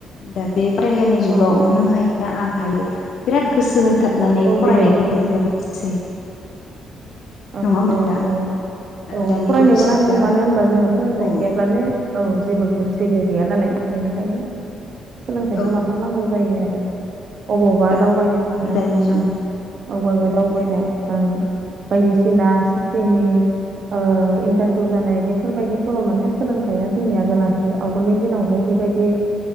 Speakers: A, on the left; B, on the right.
A: दा बे बादायलायनाय जुगाव
B: औ नंगौ
A: नों हायोना आं हायो बिराद गोसो होथाबनानै
B: औ
A: फरायनायखौ
B: बेबायदि
A: नुनो मोनसै
B: औ
A: नङा होमबा
B: औ
A: दा
B: औ औ
A: दानि
B: फरायनोबो
A: गथ'साफ्रा
B: नांगौ मानो होनबा जोङो सोलोंथाइ
A: औ
B: गैयाब्लानो औ जेबो गोन जेबो गैया नालाय बेनिखायनो सोलोंथाइखौ
A: औ
B: लाथारनांगौ जायो आरो अबावबा
A: औ
B: दावबायनो थांनाय
A: दानि जुग
B: ओं अगबा दावबायनाय
A: नंगौ
B: ओं बायदिसिना साख्रिनि ओ इन्टारभिउ जानाय बेफोरबायदिफोराव माने सोलोंथाइया जोंनिया गोनांथि आवगोलनि दिनाव बेहा बेबायदि